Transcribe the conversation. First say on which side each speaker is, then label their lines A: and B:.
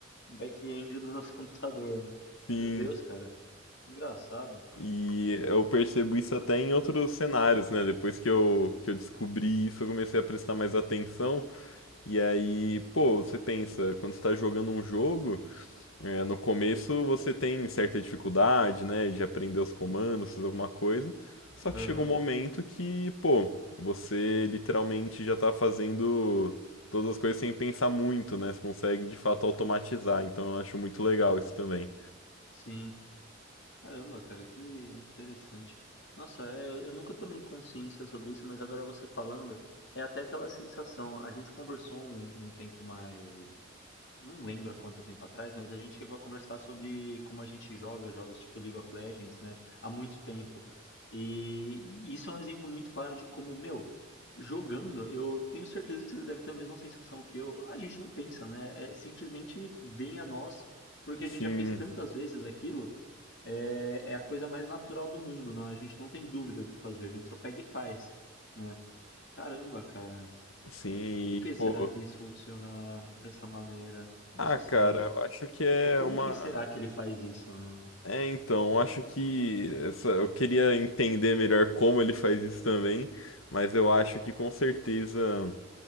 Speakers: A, on the left (about 55°); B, on the left (about 85°).
A: back-end do nosso computador, né?
B: Sim,
A: Meu Deus, cara. Que engraçado.
B: e eu percebo isso até em outros cenários, né? Depois que eu, que eu descobri isso, eu comecei a prestar mais atenção. E aí, pô, você pensa, quando você tá jogando um jogo, é, no começo você tem certa dificuldade, né? De aprender os comandos, fazer alguma coisa. Só que
A: Aham,
B: chega um momento que, pô, você literalmente já tá fazendo todas as coisas sem pensar muito, né? Você consegue de fato automatizar. Então eu acho muito legal isso também.
A: sim. Caramba, cara, que interessante. Nossa, é, eu nunca tomei consciência sobre isso, mas agora você falando, é até aquela sensação. A gente conversou um, um tempo mais. Não lembro há quanto tempo atrás, mas a gente chegou a conversar sobre como a gente joga jogos tipo League of Legends, né, há muito tempo. E e isso é um exemplo muito claro de como, meu, jogando, eu tenho certeza que você deve ter a mesma sensação que eu. A gente não pensa, né? É, simplesmente vem a nós, porque
B: Sim,
A: a gente já fez tantas vezes aquilo, é, é a coisa mais natural do mundo, né? A gente não tem dúvida do que fazer, a gente só pega e faz, né? Caramba, cara,
B: sim,
A: por que
B: e,
A: será
B: pô.
A: que isso funciona dessa maneira? Nosso
B: Ah, cara,
A: cérebro.
B: eu acho que é
A: Tipo, como
B: uma.
A: que será que ele faz isso, né?
B: É, então, eu acho que essa... eu queria entender melhor como ele faz isso também, mas eu acho que com certeza